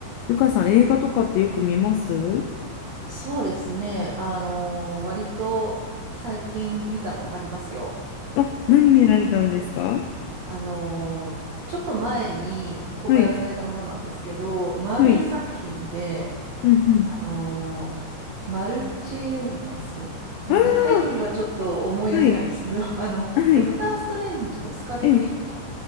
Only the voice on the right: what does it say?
そうですね。あのー割と最近見たのありますよ。
あのーちょっと前に公開はされたものなんですけど、
マーベル作品で、
あのーマルチユニバース。なんかタイトルはちょっと思い出せないですけど、
<laughs> あの、
ドクター・ストレンジとスカーレット・
ウィッチの